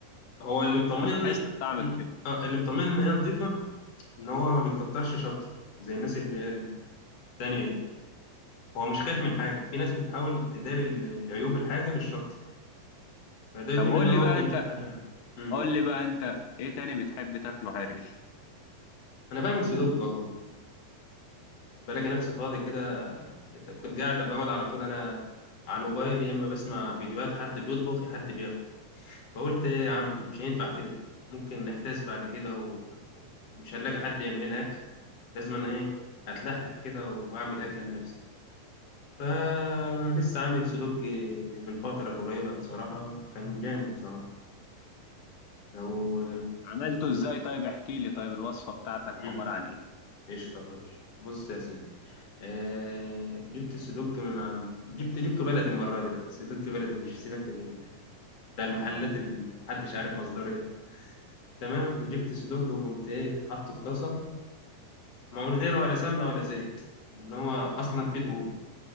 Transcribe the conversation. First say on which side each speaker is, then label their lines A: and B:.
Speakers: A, on the left; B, on the left.
A: هو اللي مطمني
B: فبتحس بطعم
A: م.
B: الكبده
A: اه اللي مطمني ان هي نظيفة ان هو ما بيكترش شط زي الناس اللي هي التانية دي هو مش خايف من حاجة في ناس بتحاول تداري ال- العيوب الحاجة بالشط فده يدل
B: طب قول
A: ان هو
B: لي بقى
A: بيجيب
B: انت
A: حاجة يعني. م.
B: قول لي بقى انت ايه تاني بتحب تاكله حرش
A: انا بعمل سلوك والله بلاقي نفسي فاضي كده كنت قاعد بقعد على طول انا على الموبايل يا اما بسمع فيديوهات حد بيطبخ يا حد بياكل فقلت ايه يا عم مش هينفع كده ممكن نحتاس بعد كده و- ومش هنلاقي حد يعمل لنا اكل لازم انا ايه اتلحلح كده واعمل اكل لنفسي فلسه عامل سدوج من فترة قريبة بصراحة كان جامد بصراحة لو
B: عملته ازاي طيب احكي لي طيب الوصفه بتاعتك
A: مم،
B: عباره عن ايه
A: قشطة ماشي بص يا سيدي آه جبت السدوج من عند جبت جبته بلدي المرة دي بقى السدوج بلدي مش سيبك من ال... بتاع المحلات اللي محدش عارف مصدره ايه ده تمام وجبت السدوج وقمت ايه حاطه في طاسة ما من غير ولا سمنة ولا زيت لأن هو أصلا فيه دهون